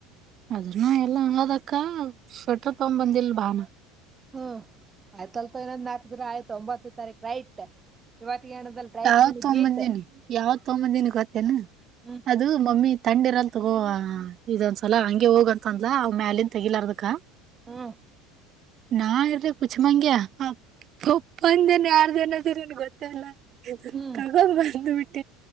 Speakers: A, on the right; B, on the right.
A: ಅದನ್ನ ಎಲ್ಲ ಆದಕ್ಕ ಸ್ವೆಟರ್ ತಗ ಬಂದಿಲ್ ಬಾನ
B: ಹ್ಮ್ ಆಯ್ತಲ್ತ ಇನ್ನೊಂದ್ ನಾಲ್ಕ ದಿನ ಆಯ್ತ ಒಂಬತ್ತ ತಾರೀಕ ರೈಟ್ ಇವತ್ತಿಗೆ ಏನದಲ್ ರೈಟ್
A: ಯಾವ
B: ಮನಿ
A: ತೊಂಬಂದಿನಿ
B: ಗೀಟ್
A: ಯಾವತ್ ತೊಂಬಂದಿನಿ ಗೊತ್ತೇನಾ
B: ಹ್ಮ್
A: ಅದು ಮಮ್ಮಿ ತಂಡಿರಲ್ ತಗೋ ಇದೊಂದ್ಸಲ ಗೆ ಹೋಗಂತ ಅಂದಲ ಅವ ಮ್ಯಾಲನ್ ತೆಗಿಲಾರದಕ್ಕ
B: ಹ್ಮ್
A: ನಾರರಿ ಪುಚ್ ಮಂಗ್ಯಾ ಅಪ್ಪಪ್ಪಂದ ಜನ ಯಾರ್ ಜನ ಅದರಿನ್ ಗೊತ್ತೇಲ್ಲ ಇದ
B: ಹ್ಮ್
A: ತಗ ಬಂದು ಬಿಟ್ಟ